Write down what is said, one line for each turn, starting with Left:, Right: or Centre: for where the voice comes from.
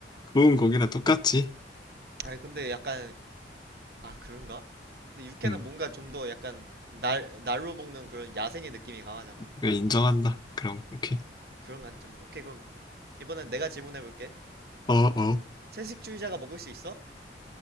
Left: 구운 고기나 똑같지?
Right: 아이 근데 약간 아 그런가? 근데 육회는
Left: 응,
Right: 뭔가 좀 더 약간 날 날로 먹는 그런 야생의 느낌이 강하잖아.
Left: 그래, 인정한다. 그럼, 오케이.
Right: 그런 관점에 오케이 그럼 이번엔 내가 질문해 볼게.
Left: 어, 어.
Right: 채식주의자가 먹을 수 있어?